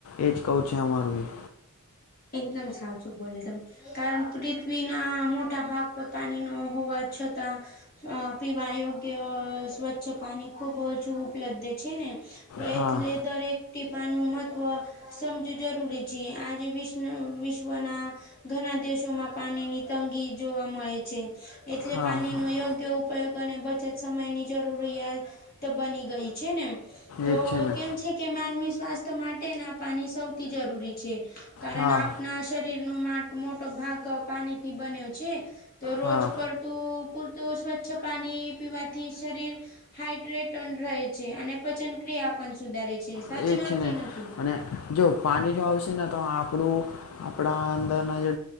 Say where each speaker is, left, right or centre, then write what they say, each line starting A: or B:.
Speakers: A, on the left (about 70°); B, on the left (about 40°).
A: એજ કહ છે અમારું બી.
B: એકદમ સાચું બોલ્યા તમને. કારણ પૃથ્વીના મોટા ભાગ પર પાણી ન હોવા છતાં. અ પીવા યોગ્ય સ્વચ્છ પાણી ખૂબ ઓછું ઉપલબ્ધ છે ને. તો
A: હા
B: એટલે દરેક ટીપાનું મહત્વ સમજવ જરૂરી છે આજે વિશ- વિશ્વના ઘણા દેશોમાં પાણીની તંગી જોવા મળે છે. એટલે
A: હા
B: પાણી
A: હા
B: ન યોગ્ય ઉપયોગ અને બચત સમયની જરૂરિયાત. તો બની ગઈ છે ને. તો
A: એ જ છે ને
B: કેમ છે કે માનવી સ્વાસ્થ્ય માટે ના પાણી સૌથી જરૂરી છે. કારણ
A: હા
B: આપણા શરીર નો મા મોટો ભાગ પાણીથી બન્યો છે. તો રોજ
A: હા
B: પડતું પૂરતું સ્વચ્છ પાણી પીવાથી શરીર. હાઈડ્રેટ પણ રહે છે અને પચન ક્રિયા પણ સુધારે છે. સાચી
A: એ
B: વાત
A: છે ને
B: કે નથી
A: અને જો. પાણી જો આવશે ને તો આપણું આપણા અંદરના જે